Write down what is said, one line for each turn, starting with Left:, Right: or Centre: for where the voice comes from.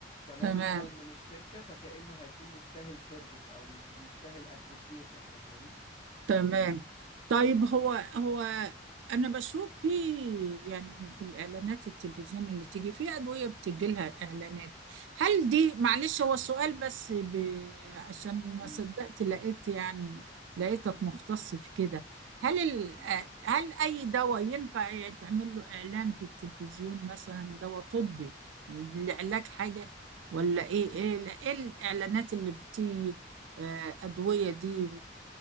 Left: تمام
Right: تمام
Left: مثلا من الشركة فكأنه هيكون مستاهل سيرفيس او بيستاهل ابريشيشن فاهماني
Right: تمام طيب هو هو انا بشوف في يعني في الاعلانات التلفزيون اللي تيجي فيها ادويه بتجي لها اعلانات هل دي معلش هو سؤال بس ب... عشان ما
Left: امم
Right: صدقت لقيت يعني لقيتك مختص في كده هل ال...
Left: امم
Right: هل اي دواء ينفع يتعمل له اعلان في التلفزيون مثلا دواء طبي لعلاج حاجه ولا ايه ايه ايه الاعلانات اللي بتيجي آه، ادويه دي